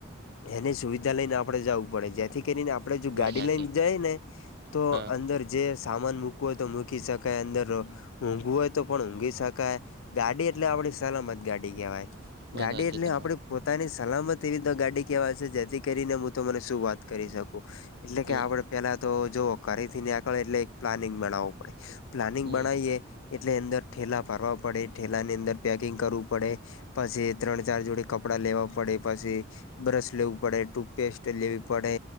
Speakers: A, on the left; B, on the right.
A: એની સુવિધા લઈને આપડે જવું પડે જેથી કરીને આપડે જો
B: વાત
A: ગાડી
B: સાચી
A: લઈને જઈ ને તો
B: હા
A: અંદર જે સામાન મૂકવું હોય તો મૂકી શકાય અંદર. ઊંઘવું હોય તો પણ ઊંઘી શકાય ગાડી એટલે આપણી સલામત ગાડી કહેવાય.
B: વાત
A: ગાડી
B: સાચી
A: એટલે
B: તમારી
A: આપડે પોતાની સલામત એવી તો ગાડી કેવાય છે જેથી કરીને હું તો મને શું વાત કરી શકું? એટલે
B: હમ
A: કે આપડે પેલા તો જોવો ઘરેથી આકળે એટલે એક પ્લાનિંગ બનાવવું પડે. પ્લાનિંગ
B: હમ
A: બનાવીએ એટલે અંદર ઠેલા ભરવા પડે, ઠેલા ની અંદર પેકિંગ કરવું પડે. પછી ત્રણ ચાર જોડે કપડાં લેવા પડે, પછી બ્રશ લેવું પડે. ટૂથપેસ્ટ લેવી પડે